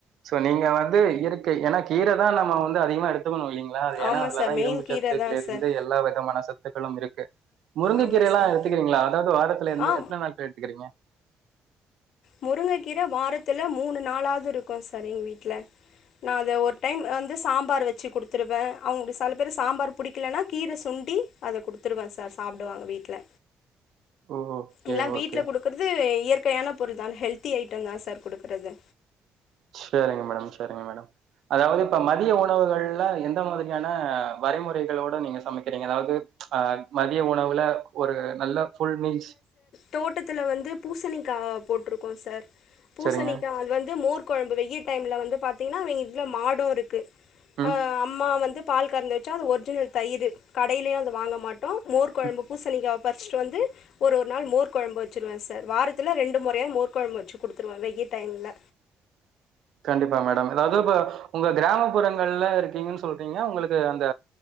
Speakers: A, on the right; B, on the left.
A: சோ நீங்க வந்து இயற்கை ஏன்னா கீர தான் நம்ம வந்து அதிகமா எடுத்துக்கணும் இல்லைங்ளா அது ஏனா
B: ஆமா
A: அதுலதா
B: சார் மெயின்
A: இரும்புச்சத்
B: கீர
A: சத்துக்கலே
B: தா
A: இருந்து
B: சார்
A: எல்லா விதமான சத்துக்களும் இருக்கு முருங்கக்கீர
B: ஆமா
A: எல்லா
B: சார்
A: எத்துக்கிறீகளா அதாவது வாரத்துல இருந்து
B: ஆ
A: எத்தன நாள் ல எத்துக்கிறீங்க
B: முருங்க கீர வாரத்துல மூணு நாளாவது இருக்கும் சார் எங்க வீட்ல நான் அதை ஒரு டைம் வந்து சாம்பார் வச்சு கொடுத்துருவேன் அவங்களுக்கு சில பேர் சாம்பார் பிடிக்கலன்னா கீரை சுண்டி அத கொடுத்துருவ சார் சாப்டுவாங்க வீட்ல
A: ஓகே,
B: எல்லாம் வீட்ல
A: ஓகே.
B: குடுக்குறது இயற்கையான பொருள் தான் ஹெல்தி ஐட்டம் தான் சார் குடுக்கறது
A: சரிங்க மேடம் சரிங்க மேடம் அதாவது இப்ப மதிய உணவுகள்ல எந்த மாதிரியான வரைமுறைகளோட நீங்க சமைக்கிறீங்க அதாவது ஆ மதிய உணவுல ஆ ஒரு நல்ல ஃபுல் மீல்ஸ்
B: தோட்டத்துல வந்து பூசணிக்கா போட்டிருக்கோ சார் பூசணிக்கா
A: சரிங்க.
B: அது வந்து மோர் கொழம்பு வெய டைம்ல வந்து பாத்தீங்கன்னா அவங்க வீட்ல மாடு இருக்கு
A: ம்
B: அம்மா வந்து பால் கறந்து வெச்சா அது ஒரிஜினல் தயிரு கடையிலயு அது வாங்க மாட்டோ மோர் கொழம்பு
A: ம்
B: பூசணிக்கா பரிச்சிட்டு வந்து ஒரு ஒரு நாள் மோர் கொழம்பு வெச்சுருவே சார் வாரத்துல ரெண்டு மொறையாது மோர் கொழம்பு வெச்சு குடுத்துருவே வெய டைம்ல
A: கண்டிப்பா மேடம் அதாவது இப்ப உங்க கிராமப்புறங்கள்ல இருக்கீங்கன்னு சொல்றீங்க உங்களுக் கு அந்த